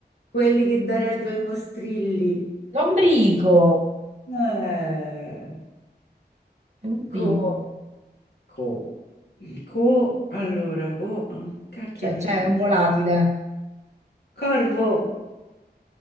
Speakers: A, on the left (about 70°); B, on the right (about 40°).
A: quelli che darai ai tuoi mostrilli,
B: lombrico,
A: eh.
B: lombrico,
A: Co, co, co, allora, co, ah, cacchio
B: cioè
A: è difficile,
B: c'è un volatile,
A: corvo,